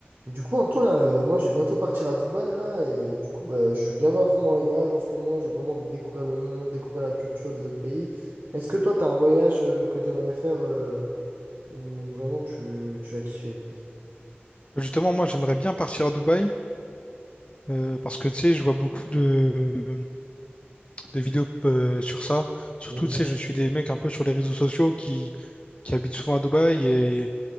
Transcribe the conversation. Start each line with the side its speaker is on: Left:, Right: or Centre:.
Right: Du coup, Antoine, là, euh, moi, je vais bientôt partir à Dubaï, là, et du coup, bah, je suis gavé à fond dans les voyages en ce moment. J'ai vraiment envie de découvrir le monde, découvrir la culture des autres pays. Est-ce que toi, tu as un voyage euh, que tu aimerais faire euh, où vraiment tu, tu vas kiffer?
Left: Justement, moi, j'aimerais bien partir à Dubaï euh, parce que, tu sais, je vois beaucoup de, de vidéos euh, sur ça. Surtout,
Right: Mhm.
Left: tu sais, je suis des mecs un peu sur les réseaux sociaux qui, qui habitent souvent à Dubaï et,